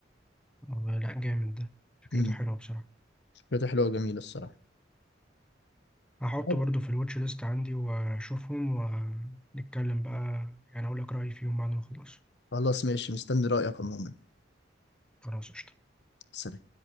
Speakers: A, in the centre; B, on the left.
A: والله لا جامد ده فكرته
B: امم
A: حلوة بصراحة
B: فكرته حلوة وجميلة الصراحة
A: هحطه
B: طب،
A: برضو في الواتش ليست عندي واشوفهم ونتكلم بقى يعني اقول لك رأيي فيهم بعد ما اخلص
B: خلاص ماشي مستني رأيك عموما
A: خلاص قشطة
B: سلام